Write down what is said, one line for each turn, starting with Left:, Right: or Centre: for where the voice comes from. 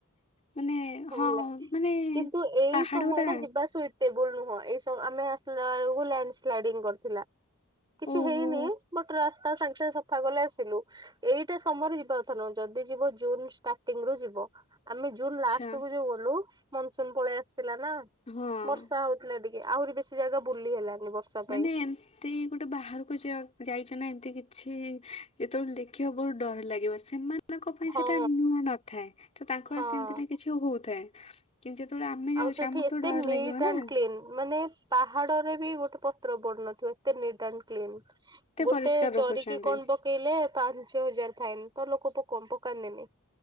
Left: ମାନେ
Right: ଭଲ
Left: ହଁ
Right: ଲାଗୁଛି
Left: ମାନେ
Right: କିନ୍ତୁ ଏଇ
Left: ପାହାଡଗୁରା
Right: ସମୟ ଟା ଯିବା ସହି ଟେବୁଲ ନୁହଁ ଏଇସବୁ ଆମେ ଆସିଲା ବେଳକୁ ଲ୍ୟାଣ୍ଡ ସ୍ଲାଡିଙ୍ଗ କରୁଥିଲା, କିଛି
Left: ଓହୋ
Right: ହେଇନି ବଟ ରାସ୍ତା ସାଙ୍ଗେ ସାଙ୍ଗେ ସଫା କଲେ ଆସିଲୁ। ଏଇଟା ସମୟରେ ଯିବା କଥା ନୁହ ଯଦି ଯିବ ଜୁନ ଷ୍ଟାର୍ଟିଂ ରୁ ଯିବ, ଆମେ ଜୁନ
Left: ଆଚ୍ଛା
Right: ଲାଷ୍ଟ କୁ ଯୋଉ ଗଲୁ ମନସୁନ ପଳେଇ ଆସିଥିଲା ନା
Left: ହଁ।
Right: ବର୍ଷା ହଉ ହେଲା ଟିକେ ଆହୁରି ବେଶୀ ଜାଗା ବୁଲି ହେଲାନି ବର୍ଷା ପାଇଁ
Left: ମାନେ ତି ଗୋଟେ ବାହାରକୁ ଯାଇଛ ନା ଏମିତି କିଛି ଯେତେବେଳେ ଦେଖିବ ବହୁତ ଡର ଲାଗିବ ସେ ସେମାନଙ୍କ ପାଇଁ
Right: ହଁ
Left: ସେଟା ନୂଆ ନଥାଏ ତ ତାଙ୍କର
Right: ହଁ।
Left: ସେମିତି ନା କିଛି ହଉଥାଏ। କିନ୍ତୁ ଯେତେବେଳେ ଆମେ ଯାଉଚେ
Right: ଆଉ ସେଠି
Left: ଆମକୁ
Right: ଏତେ
Left: ତ ଡର
Right: ନିଟ୍
Left: ଲାଗିବ
Right: ଆଣ୍ଡ
Left: ନା।
Right: କ୍ଲିନ୍ ମାନେ ପାହାଡରେ ବି ଗୋଟେ ପତ୍ର ପଡନଥିବ ଏତେ ନିଟ ଆଣ୍ଡ କ୍ଲିନ।
Left: ଏତେ
Right: ଗୋଟେ
Left: ପରିଷ୍କାର ରଖୁଛନ୍ତି।
Right: ଜରିକି କଣ ପକେଇଲେ ପାଞ୍ଚ ହଜାର ଫାଇନ ତ ଲୋକ ପ କ୍ ପକାନ୍ତିନି।